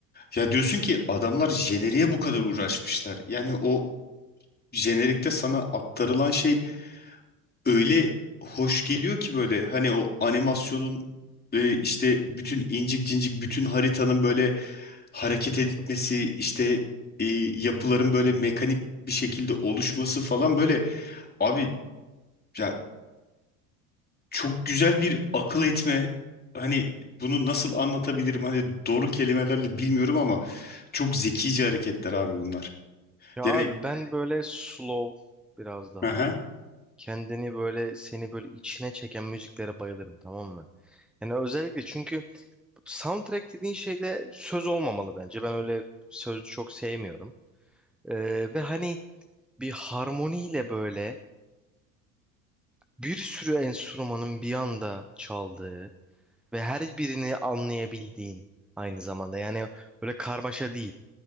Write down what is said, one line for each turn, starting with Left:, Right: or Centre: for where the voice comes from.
Left: ya diyorsun ki adamlar jeneriğe bu kadar uğraşmışlar. Yani o jenerikte sana aktarılan şey öyle hoş geliyor ki böyle hani o animasyonun e, işte bütün incik cincik bütün haritanın böyle hareket etmesi işte e, yapıların böyle mekanik bir şekilde oluşması falan böyle abi ya çok güzel bir akıl etme hani bunu nasıl anlatabilirim hani doğru kelimelerle bilmiyorum ama çok zekice hareketler abi bunlar.
Centre: Ya
Left: Yani
Centre: abi ben böyle slow biraz daha
Left: aha,
Centre: kendini böyle seni böyle içine çeken müziklere bayılırım tamam mı? Yani özellikle çünkü soundtrack dediğin şeyde söz olmamalı bence. Ben öyle sözlü çok sevmiyorum. Ee, ve hani bir harmoniyle böyle bir sürü enstrümanın bir anda çaldığı ve her birini anlayabildiğin aynı zamanda. Yani böyle karmaşa değil.